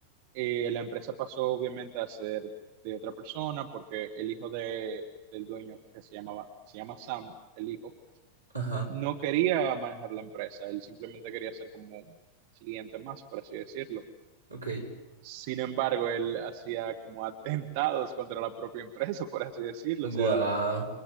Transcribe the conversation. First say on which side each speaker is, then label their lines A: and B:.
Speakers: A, on the right; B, on the right.
A: eh, la empresa pasó obviamente a ser de otra persona porque el hijo de, del dueño, que se llamaba, se llama Sam, el hijo,
B: ajá,
A: no quería manejar la empresa, él simplemente quería ser como un cliente más, por así decirlo.
B: ok,
A: Sin embargo, él hacía como atentados contra la propia empresa, por así decirlo. O sea,
B: guau,